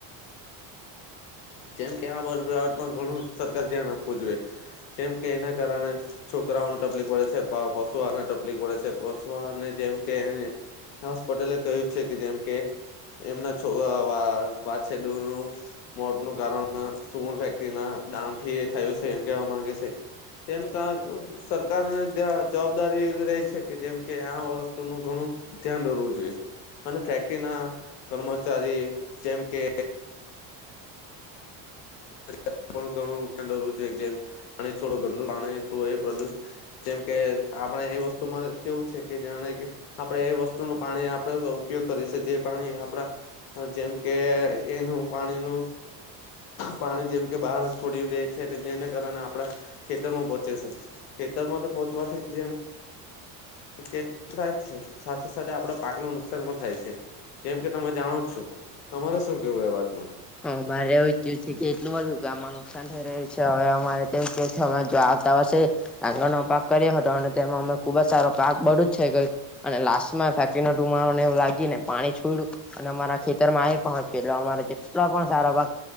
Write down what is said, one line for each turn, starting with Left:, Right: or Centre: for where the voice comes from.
Left: જેમકે આ <unintelligible> ઘણું સરકાર ધ્યાન આપવું જોઈએ જેમ કે એના કારણે છોકરાઓને તકલીફ પડે છે પશુ આને તકલીફ પડે છે પશુ આને જેમકે હર્ષ પટેલે કહ્યું છે કે જેમ કે એમના છો વાઅ વાછડુ નું મોત નું કારણ સુમૂલ ફેક્ટરી ના દાન થી થયું છે, એમ કેવા માંગે છે, તેનું ક સરકારને જવાબદારી રહી છે, કે જેમ કે આ ન ઘણું ધ્યાન દોરવુ, જોઈએ અને ફેક્ટરીના કર્મચારી, જેમ કે બ પણ ઘણુંરવું જોઈએ, કેમ પાણી છોડો, ઘ પાણી જેમ કે આપણે એ વસ્તુમાં કેવું છે, કે જાણે આપડણે એ વસ્તુ ન પાણી આપણે ઉપયોગ કરીએીએ જે પાણી. આપડા જેમ, કે એનું પાણી નુ પાણી જેમ કે બહાર છોડી દાય છે, જેને કારણે આપડા ખેતરમાં પહોંચે છે, ખેતરમાં માટે પહોંચવાથી, જેમ મ કે થાય છે, સાથે, સાથે આપડો પાક ન નુકસાન પણ થાય છે, જેમ કે તમે જાણો છો. તમારે શું કેવું એ વાત
Centre: હ મારેું એવુ છે, કે એટલું બધું ગામનુ થઈ રહ્યું છે, હવે અમારે આવતા આંગણ નો પાક કર્યો હતો અને તમ ખુબ જ સારો પાક બડું જ છેઈ ગયું, અને લાસ્ટ માં ફેંકીને ડુમા ને એું લાગી, ને પાણી છોય્યું અને અમારા ખેતરમા આવી પહોંચ્યું, એટલે અમારે જેટલો પણ સારા પાક